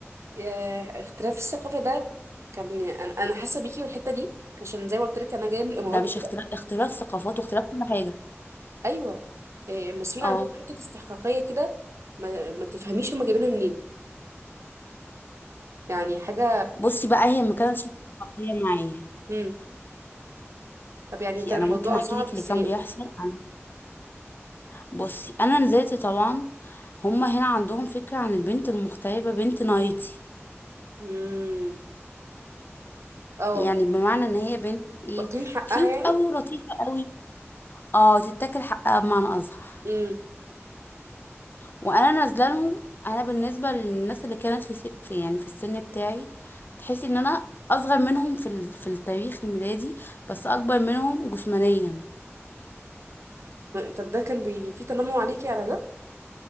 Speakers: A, on the right; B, on the left.
A: يا اختلاف الثقافة ده كان انا انا حاسة بيكي بالحتة دي عشان زي ما قلت لك انا جاية من الامارات
B: ده مش
A: وكده
B: اختلاف اختلاف ثقافات واختلاف كل حاجة
A: ايوه إيه، المصريين
B: اه
A: عندهم حتة استحقاقية كده ما, ما تفهميش هما جايبينها منين يعني حاجة
B: بصي بقى هي ما كانتش شخصية معايا
A: امم طب يعني
B: بصي،
A: كان
B: انا
A: الموضوع
B: ممكن احكي
A: صعب
B: لك اللي
A: ازاي
B: كان
A: قولي
B: بيحصل انا بصي انا نزلت طبعا هما هنا عندهم فكرة عن البنت المغتربة بنت نايتي
A: امم اه
B: يعني بمعنى ان هي بنت ايه
A: واكلين حقها
B: كيوت
A: يعني
B: قوي ولطيفة قوي اه تتاكل حقها بمعنى اصح
A: امم
B: وانا نازله لهم انا بالنسبه للناس اللي كانت في, س... في يعني في السن بتاعي تحسي ان انا اصغر منهم في ال... في التاريخ الميلادي بس اكبر منهم جسمانيا
A: طب ده كان بي... في تنمر عليكي على ده